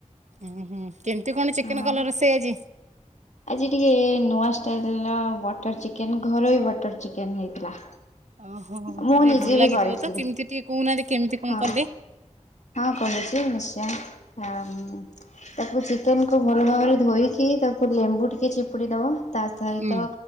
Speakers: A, on the right; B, on the left.
A: ଉୁଁ ହୁଁ କେମିତି କଣ ଚିକେନ
B: ହଁ।
A: କଲ ରୋଷେଇ ଆଜି?
B: ଆଜି ଟିକେ ନୂଆ ଷ୍ଟାଇଲର ବଟର ଚିକେନ ଘର ବି ବଟର ଚିକେନ ହେଇଥିଲା।
A: ଓହୋ ତାହେଲେ
B: ମୁଁ ନିଜେ
A: ଭଲ ଲାଗିଥିବ
B: ବି କରିଥିଲି
A: ତ କେମିତି ଟିକେ କହୁନାହାନ୍ତି କେମିତି କଣ
B: ହଁ
A: କଲେ?
B: ହଁ କହୁଛି ନିଶ୍ଚୟ ଆଁ ତାକୁ ଚିକେନ କୁ ଭଲ ଭାବରେ ଧୋଇକି ତାକୁ ଲେମ୍ବୁ ଟିକେ ଚିପୁଡି ଦବ ତା ସହିତ
A: ହୁଁ